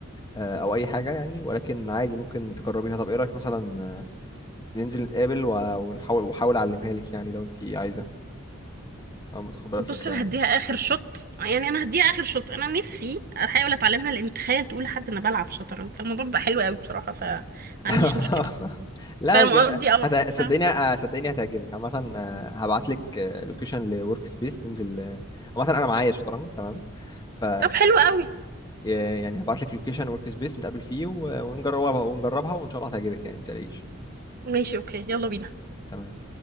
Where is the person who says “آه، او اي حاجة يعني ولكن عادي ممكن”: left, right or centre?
Left